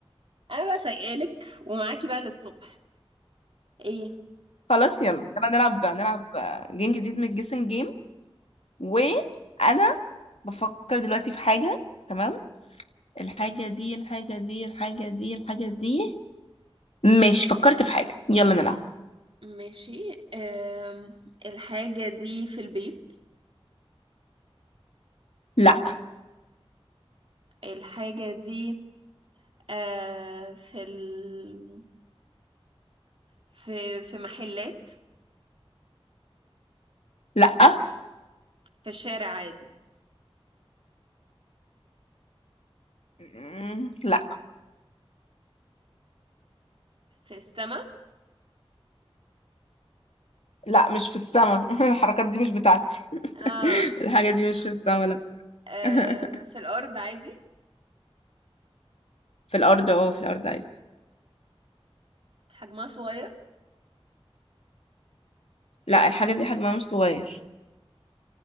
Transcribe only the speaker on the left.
خلاص يلا يلا نلعب نلعب آه، جيم جديد من الجيسنج جيم وأنا بفكر دلوقتي في حاجة تمام الحاجة دي الحاجة دي الحاجة دي الحاجة دي ماشي فكرت في حاجة يلا نلعب
لا
لا
مم، لا
لا مش في السما <laughs> الحركات دي مش بتاعتي
<laughs> الحاجة دي مش في السما لا
<laughs>
في الأرض اه في الأرض عادي
لا الحاجة دي حجمها مش صغير